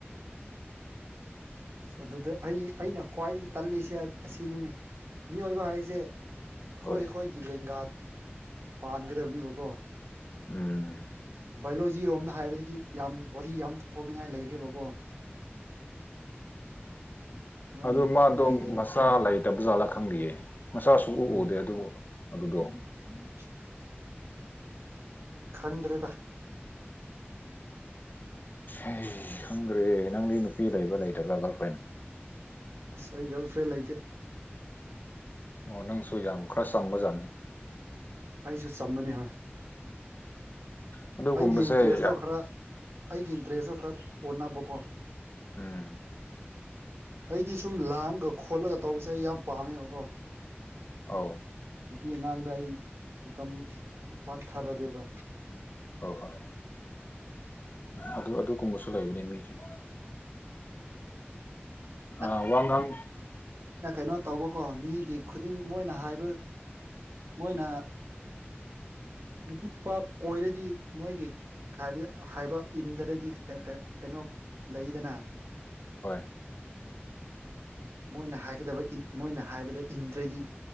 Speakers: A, on the right; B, on the left.
A: ꯑꯁ ꯑꯗꯨꯗ ꯑꯩ ꯑꯩꯅ ꯈ꯭ꯋꯥꯏꯗꯒꯤ ꯇꯜꯂꯤꯁꯦ ꯑꯥ ꯑꯁꯤꯅꯤꯅꯦ ꯃꯤꯑꯣꯏꯕ ꯍꯥꯏꯖꯦ ꯑꯈꯣꯏ
B: ꯍꯣꯏ
A: ꯑꯈꯣꯏ ꯂꯦꯡꯒꯥ ꯄꯥꯟꯒꯗꯕꯅꯦꯕꯀꯣ
B: ꯎꯝ
A: ꯕꯥꯏꯑꯣꯂꯣꯖꯤꯔꯣꯝꯗ ꯍꯥꯏꯔꯒꯤ ꯌꯥꯝ ꯋꯥꯔꯤ ꯌꯥꯝ ꯊꯣꯛꯅꯤꯡꯉꯥꯏ ꯂꯩꯈ꯭ꯔꯦꯕꯀꯣ ꯁꯨꯃꯥꯏꯅ
B: ꯎꯝ ꯑꯗꯣ ꯃꯥꯗꯣ
A: ꯀꯃꯥꯏꯅ ꯂꯩ
B: ꯃꯁ ꯃꯆꯥ ꯂꯩꯇꯕꯖꯥꯠꯂ ꯈꯪꯗꯤꯌꯦ ꯃꯆꯥ ꯁꯨꯡꯎ
A: ꯑꯣ
B: ꯎꯗꯦ ꯑꯗꯨꯕꯨ ꯑꯗꯨꯗꯣ
A: <inaudible> ꯈꯟꯗ꯭ꯔꯦꯗ
B: ꯑꯦ ꯈꯪꯗ꯭ꯔꯦ ꯅꯪꯗꯤ ꯅꯨꯄꯤ ꯂꯩꯕ꯭ꯔꯥ ꯂꯩꯇꯕ꯭ꯔꯥ ꯒ꯭ꯔꯜ ꯐ꯭ꯔꯦꯟ
A: ꯑꯁ ꯑꯩ ꯒ꯭ꯔꯜꯐ꯭ꯔꯦꯟ ꯂꯩꯇꯦ
B: ꯑꯣ ꯅꯪꯁꯨ ꯌꯥꯝ ꯈ꯭ꯔꯁ ꯆꯝꯕꯖꯥꯠꯅꯤ
A: ꯑꯩꯖꯨ ꯆꯝꯕꯅꯦ ꯍꯣꯏ
B: ꯎꯝ ꯑꯗꯨꯒꯨꯝꯕꯁꯦ
A: ꯑꯩꯒꯤ ꯏꯟꯇ꯭ꯔꯦꯁꯇꯣ
B: ꯌꯥ
A: ꯈꯔ ꯑꯩꯒꯤ ꯏꯟꯇ꯭ꯔꯦꯁꯇꯣ ꯈꯔ ꯑꯣꯟꯅꯕꯀꯣ
B: ꯎꯝ
A: ꯑꯩꯗꯤ ꯁꯨꯝ
B: ꯎꯝ
A: ꯂꯥꯡꯉꯒ ꯈꯣꯠꯂꯒ ꯇꯧꯕꯁꯦ ꯑꯩ ꯌꯥꯝ ꯄꯥꯝꯃꯦꯕꯀꯣ
B: ꯑꯧ
A: ꯅꯨꯄꯤ ꯑꯉꯥꯡꯗ ꯑꯩ ꯃꯇꯝ ꯄꯥꯛ ꯊꯥꯗꯗꯦꯕ
B: ꯑꯣ ꯑꯣ ꯎꯝ ꯑꯗꯨ ꯑꯗꯨꯒꯨꯝꯕꯁꯨ ꯂꯩꯕꯅꯦ ꯃꯤꯁꯦ <unintelligible>
A: <inaudible>
B: ꯑ ꯋꯥꯉꯥꯡ
A: ꯑꯩꯅ ꯀꯩꯅꯣ ꯇꯧꯕꯀꯣ ꯃꯤꯒꯤ ꯈꯨꯗꯤꯡ ꯃꯣꯏꯅ ꯍꯥꯏꯕ ꯃꯣꯏꯅ ꯅꯨꯄꯤ ꯄꯥꯛ ꯀꯣꯏꯔꯗꯤ ꯃꯣꯏꯒꯤ ꯍꯥꯏꯕ ꯍꯥꯏꯕ ꯏꯟꯗꯔꯗꯤ ꯀꯩꯅꫭ <unintelligible> ꯀꯩꯅꯣ ꯂꯩꯗꯅ
B: ꯍꯣꯏ
A: ꯃꯣꯏꯅ ꯍꯥꯏꯒꯗꯕ ꯃꯣꯏꯅ ꯍꯥꯏꯕꯗ ꯏꯟꯗ꯭ꯔꯗꯤ